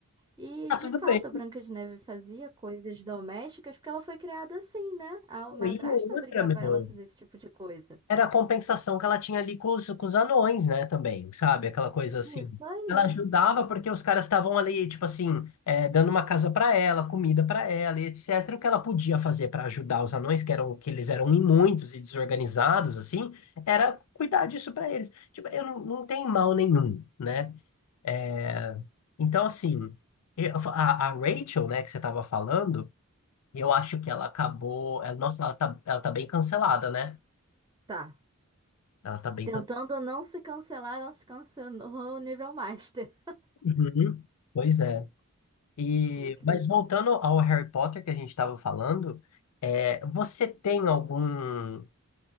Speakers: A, on the right; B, on the left.
A: E,
B: tá
A: de
B: tudo
A: fato,
B: bem.
A: a Branca de Neve fazia coisas domésticas porque ela foi criada assim, né? A madrasta
B: E outra,
A: obrigava
B: meu.
A: ela a fazer esse tipo de coisa.
B: era a compensação que ela tinha ali com os, com os anões, né, também, sabe? Aquela coisa assim.
A: Isso aí.
B: Ela ajudava porque os caras estavam ali, tipo assim, é, dando uma casa para ela, comida para ela, e etc. O que ela podia fazer para ajudar os anões, que eram que eles eram muitos e desorganizados, assim, era cuidar disso para eles. Tipo, eu não, não tem mal nenhum, né? É, então, assim, eu- a, a Rachel, né, que você tava falando, eu acho que ela acabou. ela- nossa, ela tá, ela tá bem cancelada, né?
A: Tá.
B: Ela tá bem
A: Tentando não se cancelar, não se cancelou o nível master.
B: Uhum. Pois é. E,
A: Incrível.
B: mas voltando ao Harry Potter que a gente estava falando, é, você tem algum,